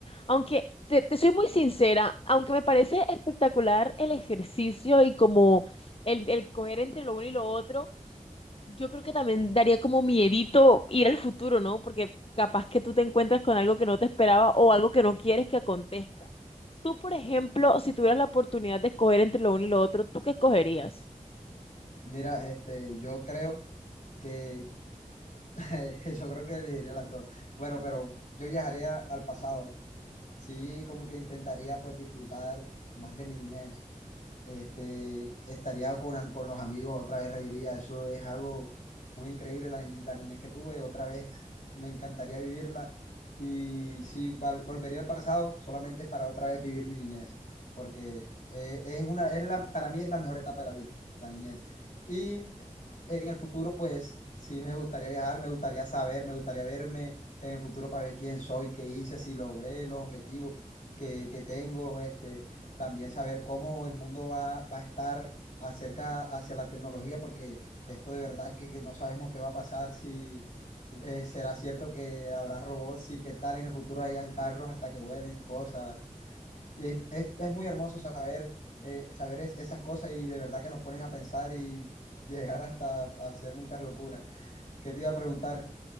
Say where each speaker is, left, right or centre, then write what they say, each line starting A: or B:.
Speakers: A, on the left (about 45°); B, on the left (about 70°).
A: Aunque te, te soy muy sincera, aunque me parece espectacular el ejercicio y como el, el coger entre lo uno y lo otro, yo creo que también daría como miedito ir al futuro, ¿no? Porque capaz que tú te encuentras con algo que no te esperaba o algo que no quieres que acontezca. Tú, por ejemplo, si tuvieras la oportunidad de escoger entre lo uno y lo otro, ¿tú qué escogerías?
B: Mira, este, yo creo que, <laughs> yo creo que elegiría las dos. Bueno, pero yo viajaría al pasado sí, como que intentaría pues disfrutar más de mi niñez. Este, estaría con, am- con los amigos, otra vez reiría. Eso es algo muy increíble, la, ni- la niñez que tuve, otra vez me encantaría vivirla. Y si val- volvería al pasado, solamente es para otra vez vivir mi niñez, porque eh, es una, es la, para mí es la mejor etapa de la vida, la niñez. Y en el futuro, pues sí me gustaría viajar, me gustaría saber, me gustaría verme en el futuro para ver quién soy, qué hice, si logré los objetivos que, que tengo, este también saber cómo el mundo va, va a estar acerca hacia la tecnología, porque esto de verdad que, que no sabemos qué va a pasar, si eh, será cierto que habrá robots y qué tal en el futuro hayan carros hasta que vuelen cosas. Y es, es- es muy hermoso saber, eh, saber es- esas cosas y de verdad que nos ponen a pensar y <laughs> llegar hasta a hacer muchas locuras. ¿Qué te iba a preguntar?